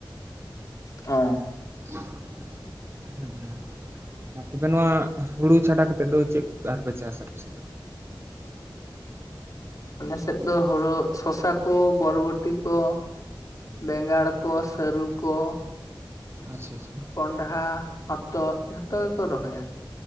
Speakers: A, on the left (about 40°); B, on the right (about 30°).
A: ᱚ
B: ᱦᱩ ᱟᱨ ᱛᱚᱵᱮ ᱱᱚᱣᱟ ᱦᱩᱲᱩ ᱪᱷᱟᱰᱟ ᱠᱟᱛᱮᱫ ᱫᱚ ᱪᱮᱜ ᱠᱚ ᱟᱨᱯᱮ ᱪᱟᱥᱟ ᱯᱮᱥᱮᱜ ᱫᱚ?
A: ᱟᱞᱮ ᱥᱮᱜ ᱫᱚ ᱦᱳᱲᱳ ᱥᱚᱥᱟ ᱠᱚ ᱵᱚᱨᱵᱚᱴᱤ ᱠᱚ ᱵᱮᱸᱜᱟᱲ, ᱠᱚ ᱥᱟᱹᱨᱩ ᱠᱚ,
B: ᱟᱪᱪᱷᱟ ᱪᱷᱟ᱾
A: ᱠᱚᱱᱰᱦᱟ ᱦᱚᱛᱚᱫ ᱡᱷᱚᱛᱚ ᱜᱮᱠᱚ ᱨᱚᱦᱚᱭᱟ᱾